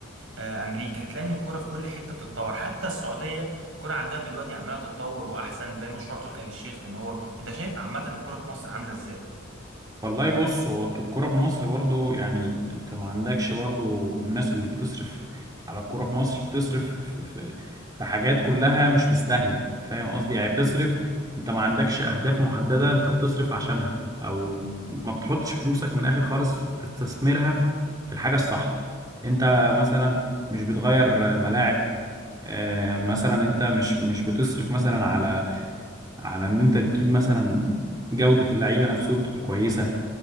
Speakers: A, on the right; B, on the right.
A: آه، امريكا هتلاقي ان الكوره في كل حته بتتطور حتى السعوديه الكوره عندها دلوقتي عماله تتطور واحسن زي مشروع تركي آل الشيخ فان هو انت شايف عامه الكوره في مصر عامله ازاي
B: والله بص هو الكورة في مصر برضو يعني انت ما عندكش برضو الناس اللي بتصرف على الكورة في مصر بتصرف في, في, في حاجات كلها مش مستاهلة فاهم قصدي يعني بتصرف انت ما عندكش اهداف محددة انت بتصرف عشانها او ما بتحطش فلوسك من الاخر خالص تستثمرها في في الحاجة الصح انت مثلا مش بتغير ملاعب آه، مثلا انت مش مش بتصرف مثلا على على ان انت تجيب مثلا جودة اللعيبة نفسهم تبقى كويسة